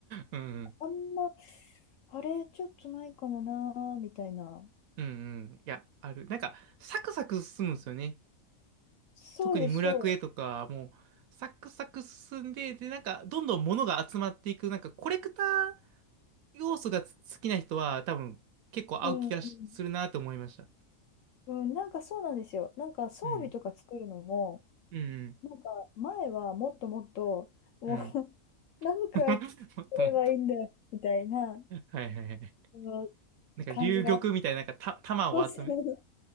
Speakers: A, on the right; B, on the left.
A: うんうん、
B: あんま、あれ、ちょっとないかもな、みたいな。
A: うんうん、いや、ある。なんか、サクサク進むんですよね。
B: そうです、
A: 特に村クエとか、
B: そうです。
A: もう、サクサク進んで、で、なんか、どんどん物が集まっていく、なんか、コレクター要素が好きな人は、多分、結構合う気がしするなと思いました。
B: うん、うん。うん、なんかそうなんですよ。なんか装備とか作るのも、
A: うん、うん、
B: なんか前はもっともっと、もう
A: うん。
B: <laughs> 何回すればいいんだよ、
A: <laughs> もっともっと
B: みたいな、
A: はいはいはい。
B: その
A: なんか、
B: 感じが。
A: 龍玉みたいな、なんか、た、玉を集め、
B: そうそう。